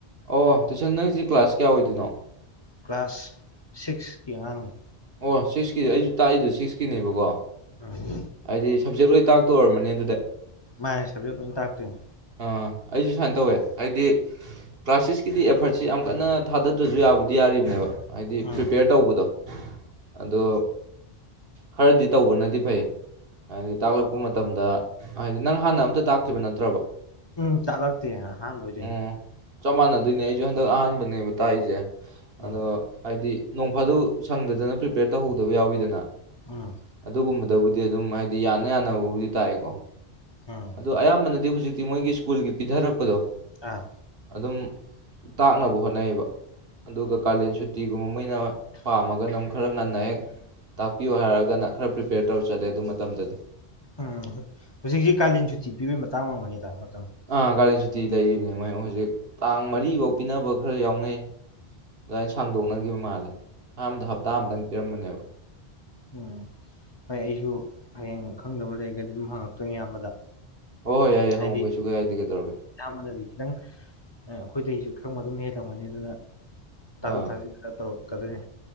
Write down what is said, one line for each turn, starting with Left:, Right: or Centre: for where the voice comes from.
Right: ꯑꯣ ꯇꯨꯏꯁꯟ ꯅꯪꯁꯤ ꯀ꯭ꯂꯥꯁ ꯀꯌꯥ ꯑꯣꯏꯗꯣꯏꯅꯣ
Left: ꯀ꯭ꯂꯥꯁ ꯁꯤꯛꯁꯀꯤ ꯑꯉꯥꯡꯅꯤ
Right: ꯑꯣ ꯁꯤꯛꯁꯀꯤꯗꯤ ꯑꯩꯁꯨ ꯇꯥꯛꯏꯗꯣ ꯁꯤꯛꯁꯀꯤꯅꯦꯕꯀꯣ
Left: ꯎꯝ
Right: ꯍꯥꯢꯗꯤ ꯁꯞꯖꯦꯛ ꯂꯣꯏ ꯇꯥꯛꯇꯣꯏ ꯑꯣꯏꯔꯃꯅꯤ ꯑꯗꯨꯗꯤ
Left: ꯃꯥꯥꯟꯅꯦ ꯁꯕꯖꯦꯛ ꯂꯣꯏ ꯇꯥꯛꯇꯣꯏꯅꯦ
Right: ꯑꯩꯁꯨ ꯁꯨꯃꯥꯏꯅ ꯇꯧꯋꯦ ꯍꯥꯏꯗꯤ ꯀ꯭ꯂꯥꯁ ꯁꯤꯛꯁꯀꯤꯗꯤ ꯑꯦꯐꯔꯠꯁꯤ ꯌꯥꯝ ꯀꯟꯅ ꯊꯥꯗꯗ꯭ꯔꯁꯨ ꯌꯥꯕꯅꯤ ꯌꯥꯔꯤꯕꯅꯦꯕ ꯍꯥꯏꯗꯤ
Left: ꯎꯝ
Right: ꯄ꯭ꯔꯤꯄꯦꯌꯔ ꯇꯧꯕꯗꯣ ꯑꯗꯣ ꯈꯔꯗꯤ ꯇꯧꯕꯅꯗꯤ ꯐꯩ ꯍꯥꯏꯗꯤ ꯇꯥꯛꯂꯛꯄ ꯃꯇꯝꯗ ꯍꯥꯏꯗꯤ ꯅꯪ ꯍꯥꯟꯅ ꯑꯝꯇ ꯇꯥꯛꯇ꯭ꯔꯤꯕ ꯅꯠꯇ꯭ꯔꯕ
Left: ꯎꯝ ꯇꯥꯛꯂꯛꯇꯦ ꯑꯍꯥꯟꯕ ꯑꯣꯏꯗꯣꯏꯅꯦ
Right: ꯑꯣ ꯆꯞ ꯃꯥꯟꯅꯗꯣꯏꯅꯦ ꯑꯩꯁꯨ ꯍꯟꯗꯛ ꯑꯍꯥꯟꯕꯅꯦꯕ ꯇꯥꯛꯏꯁꯦ
Left: ꯎꯝ
Right: ꯑꯗꯣ ꯍꯥꯏꯗꯤ ꯅꯣꯡ ꯐꯥꯗꯣꯛ ꯁꯪꯗꯗꯅ ꯄ꯭ꯔꯤꯄꯦꯌꯔ ꯇꯧꯍꯧꯗꯕ ꯌꯥꯎꯋꯤꯗꯅ
Left: ꯎꯝ
Right: ꯑꯗꯨꯒꯨꯝꯕꯗ ꯑꯗꯨꯕꯨꯗꯤ ꯑꯗꯨꯝ ꯍꯥꯏꯗꯤ ꯌꯥꯅ ꯌꯥꯅꯕꯕꯨꯗꯤ ꯇꯥꯛꯑꯦꯀꯣ
Left: ꯎꯝ
Right: ꯑꯗꯣ ꯑꯌꯥꯝꯕꯅꯗꯤ ꯍꯧꯖꯤꯛ ꯇꯤ ꯃꯣꯏꯒꯤ ꯁ꯭ꯀꯨꯜꯒꯤ ꯄꯤꯊꯔꯛꯄꯗꯣ
Left: ꯑꯥ
Right: ꯑꯗꯨꯝ ꯇꯥꯛꯅꯕ ꯍꯣꯠꯅꯩꯌꯦꯕ ꯑꯗꯨꯒ ꯀꯥꯂꯦꯟ ꯁꯨꯇꯤꯒꯨꯝꯕ ꯃꯣꯏꯅ ꯄꯥꯝꯃꯒꯅꯨꯛ ꯈꯔ ꯉꯟꯅ ꯍꯦꯛ ꯇꯥꯛꯄꯤꯌꯣ ꯍꯥꯏꯔꯒꯅ ꯈꯔ ꯄ꯭ꯔꯤꯄꯦꯌꯔ ꯇꯧꯔ ꯆꯠꯂꯦ ꯑꯗꯨ ꯃꯇꯝꯗꯗꯤ
Left: ꯎꯝ ꯍꯧꯖꯤꯛꯖꯤ ꯀꯥꯂꯦꯟ ꯁꯨꯇꯤ ꯄꯤꯕꯒꯤ ꯃꯇꯥꯡ ꯑꯣꯏꯒꯅꯤꯗ ꯃꯇꯝ
Right: ꯑꯥ ꯀꯥꯂꯦꯟ ꯁꯨꯇꯤ ꯂꯩꯔꯤꯕꯅꯦ ꯃꯣꯏ ꯍꯧꯖꯤꯛ ꯇꯥꯡ ꯃꯔꯤꯐꯧ ꯄꯤꯅꯕ ꯈꯔ ꯌꯥꯎꯅꯩ ꯑꯗꯨꯃꯥꯏꯅ ꯁꯥꯡꯗꯣꯛꯅꯈꯤꯕ ꯃꯥꯜꯂꯦ ꯑꯍꯥꯟꯕꯗ ꯍꯞꯇꯥ ꯑꯃꯇꯪ ꯄꯤꯔꯝꯕꯅꯦꯕ
Left: ꯎꯝ ꯍꯣꯏ ꯑꯩꯁꯨ ꯍꯌꯦꯡ ꯈꯪꯗꯕ ꯂꯩꯔꯒꯗꯤ ꯑꯗꯨꯝ ꯍꯪꯉꯛꯇꯣꯏꯅꯤ ꯏꯌꯥꯝꯕꯗ
Right: ꯍꯣꯏ ꯍꯣꯏ ꯌꯥꯏ ꯌꯥꯏ
Left: ꯍꯥꯏꯗꯤ
Right: ꯍꯪꯉꯛꯎ ꯀꯩꯁꯨ ꯀꯥꯏꯗꯦ ꯀꯩꯗꯧꯔꯒꯦ
Left: ꯏꯌꯥꯝꯕꯅꯗꯤ ꯈꯤꯇꯪ ꯑꯩꯈꯣꯏꯗꯁꯨ ꯈꯪꯕ ꯑꯗꯨꯝ ꯍꯦꯜꯂꯝꯃꯅꯤ ꯑꯗꯨꯅ ꯇꯥꯊꯣꯛ
Right: ꯑꯥ
Left: ꯇꯥꯁꯤꯟ ꯈꯔ ꯇꯧꯔꯛꯀꯦ ꯍꯪꯉꯛꯀꯗꯣꯏꯅꯦ